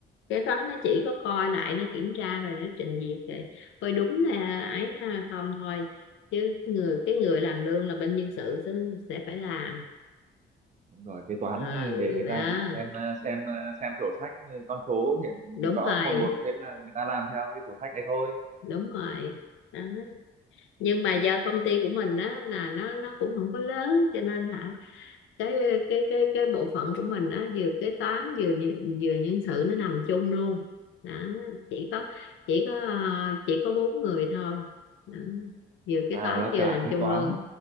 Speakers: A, on the left (about 75°); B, on the right (about 35°).
A: kế toán nó chỉ có coi lại nó kiểm tra rồi nó trình duyệt để coi đúng là ấy ha, không thôi chứ người cái người làm lương là bên nhân sự sẽ, sẽ phải làm
B: đúng rồi kế toán
A: ờ
B: nghề người
A: đó
B: ta chỉ xem ờ, xem ờ, xem sổ sách ờ, con số hiện
A: đúng
B: rõ
A: rồi
B: một một thế là người ta làm theo cái sổ sách đấy thôi
A: đúng rồi đó. nhưng mà do công ty của mình á là nó nó cũng không có lớn cho nên hả cái cái cái cái bộ phận của mình á vừa kế toán vừa nhi- vừa nhân sự nó nằm chung luôn đó chỉ có chỉ có ờ, chỉ có bốn người thôi đó. vừa kế
B: à
A: toán
B: là
A: vừa
B: cả
A: nằm
B: kế
A: chung
B: toán
A: luôn